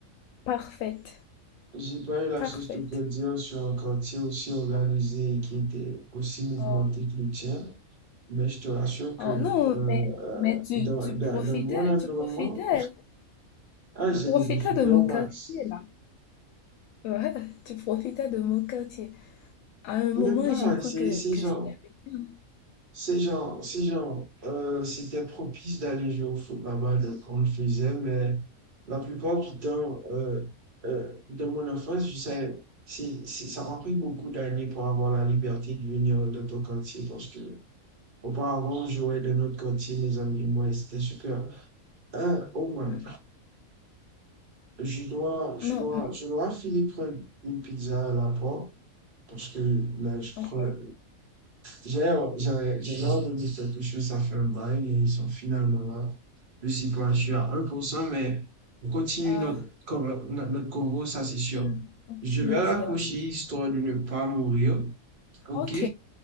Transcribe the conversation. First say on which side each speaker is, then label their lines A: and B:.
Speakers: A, on the left; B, on the right.
A: parfaite,
B: J'ai pas eu la
A: parfaite.
B: chance de grandir sur un quartier aussi organisé et qui était aussi mouvementé
A: Oh,
B: que le tien. Mais je te rassure
A: oh
B: que
A: non,
B: euh,
A: mais, mais tu,
B: dans,
A: tu
B: dans,
A: profitais,
B: dans mon environnement,
A: tu profitais,
B: ah, j'en
A: tu profitais
B: ai profité
A: de mon
B: au max.
A: quartier là. Ouais, tu profitais de mon quartier. À un moment,
B: Mais pareil,
A: j'ai cru
B: c'est
A: que,
B: c'est
A: que
B: genre,
A: c'était le tien.
B: c'est genre, c'est genre, euh, c'était propice d'aller jouer au foot là-bas, donc on le faisait, mais la plupart du temps, euh, euh, dans mon enfance, je savais, c'est, c'est- ça m'a pris beaucoup d'années pour avoir la liberté de venir dans ton quartier parce que auparavant, on jouait dans notre quartier, mes amis et moi, et c'était super. Un, au moins.
A: Mm.
B: Je dois, je
A: Non,
B: dois,
A: mais
B: je dois finir prendre une pizza à la porte parce que là, je
A: ok.
B: crois, j'ai, j'avais, j'avais ordonné quelque chose, ça fait un bail, mais ils sont finalement là. Je sais pas, je suis à 1%, mais on continue
A: Ah,
B: notre, cor- notre, notre corps, ça c'est
A: c'est
B: sûr.
A: un
B: Je
A: plaisir.
B: vais raccrocher histoire de ne pas mourir. Ok?
A: Ok,